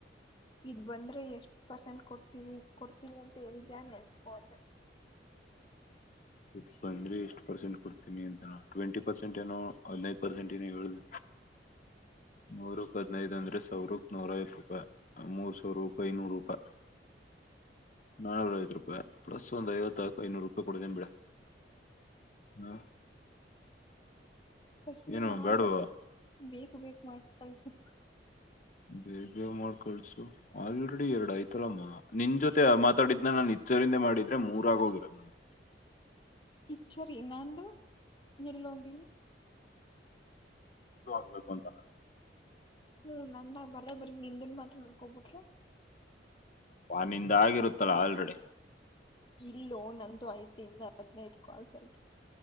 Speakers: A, on the left; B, on the left.
A: ಇದ್ ಬಂದ್ರೆ ಎಷ್ಟು ಪರ್ಸೆಂಟ್ ಕೊಡ್ತೀವಿ ಕೊಡ್ತೀವಿಿ ಅಂತ ಹೇಳಿದ್ಯಾ ನೆನ್ಸ್ ಕೊ ಅಂದೆ
B: <inaudible> ಇ ಬಂದ್ರೆ ಎಷ್ಟ್ ಪರ್ಸೆಂಟ್ ಕೊಡ್ತೀನಿ ಅಂತಾನ ಟ್ವೆಂಟಿ ಪರ್ಸೆಂಟ್ ಏನೋ ಹದ್ೈದು ಪರ್ಸೆಂಟ್ ಏನ ಹೇಳ್ದ ನೂರಕ್ ಹದಿನೈದ ಅಂದ್ರೆ ಸಾವಿರಕ್ ನೂರ ವತ್ತು ರೂಪಾಯಿ ಮೂರ್ ಸಾವಿರ ರೂಪಾಯಿ ನೂರು ರೂಪಾಯಿ ನಾನೂರ ಐವತ್ತು ರೂಪಾಯಿ ಪ್ಲಸ್ ಒಂದ ಐವತ್ತಾಲ್ಕು ಐನೂರು ರೂಪಾಯಿ ಕೊಡಿದೆೇನ್ ಬಿೇಡ ಹಾ
A: ಫಸ್ಟ್ ನೀವು
B: ಏನು
A: ಮಾಡ್ಬೇಕ
B: ಬೇಡವಾ
A: ಬೇಕು ಬೇಕ ಮಾಡ್ ಕಳ್ಸು
B: ಬೇಗ ಮಾಡ್ ಕಳ್ಸು ಆಲ್ರೆಡಿ ಎರಡ್ ಆಯ್ತಲ್ಲಮ್ಮ ನಿನ್ ಜೊತೆ ಮಾತಾಡಿದ್ನ ನಾನ ಇದ ಹೆಚ್ಚೋರಿಂದ ಮಾಡಿದ್ರೆ ಮೂರ ಆಗೋಗಿರದು ನಗೆ
A: ಇಚರಿ ನಂದು ನಿಲ್ಲೋದು
B: ಇದು ಆಗ್ಬೇಕು ಅಂತಲ್ಲ
A: ಹ್ಮ್ ನಂದ ಬರೋ ಬರೀ ನಿಂದನ್ ಮಾತ್ರ ನೋಡ್ಕೊಂಡ್ ಬಿಟ್ರೆ
B: ವೋ ನಿಂದ ಆಗಿರುತ್ತಲ್ಲ ಆಲ್ರೆಡಿ
A: ಇಲ್ಲೋ ನಂದು ಐತೆ ಇನ್ ಹದ್ನೈದು ಕಾಲ್ಸ್ ಐತೆ